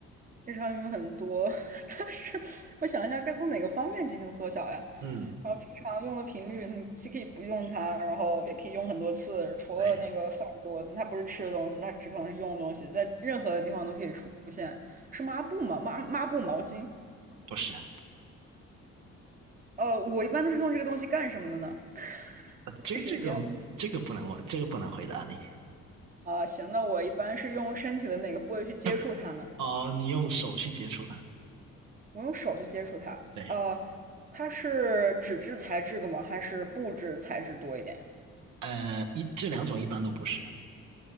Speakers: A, on the right (about 25°); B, on the right (about 75°).
A: 日常用没有很多，<laughs> 但是我想一下该从哪个方面进行缩小呀？
B: 嗯，
A: 然后平常用的频率，你既可以不用它，然后也可以用很多次。除了那个饭桌，
B: 对，
A: 它不是吃的东西，它只可能是用的东西，在任何的地方都可以出现。是抹布吗？抹抹布、毛巾。
B: 不是，呃
A: 呃，我一般都是用这个东西干什么的呢？<laughs>
B: 这这个这个不能问，
A: 太直接了。
B: 这个不能回答你。
A: 啊、行，那我一般是用身体的哪个部位去接触它呢？
B: <laughs> 哦，你用手去接触它，
A: 我用手去接触它。
B: 对，
A: 呃，它是纸质材质的吗？还是布质材质多一点？
B: 呃，一这两种一般都不是。